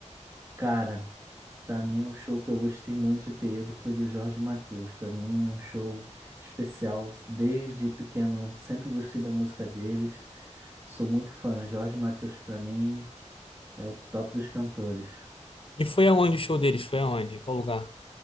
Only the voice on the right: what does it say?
Cara, pra mim um show que eu gostei muito de ter ido foi do Jorge Mateus. Pra mim é um show especial. Desde pequeno sempre gostei da música deles. Sou muito fã. Jorge Mateus pra mim é o top dos cantores.